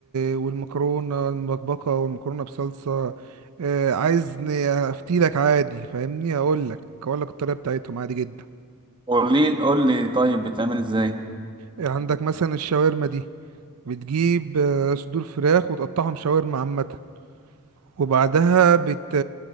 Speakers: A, on the right; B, on the right.
A: والمكرونه المبكبكه والمكرونه بصلصه آه، عايز ن- افتيلك عادي فاهمني هقول لك اقول لك الطريقه بتاعتهم عادي جدا
B: قول لي قول لي طيب بتعمل ازاي
A: عندك مثلا الشاورما دي بتجيب آه، صدور فراخ وتقطعهم شاورما عامه وبعدها بت...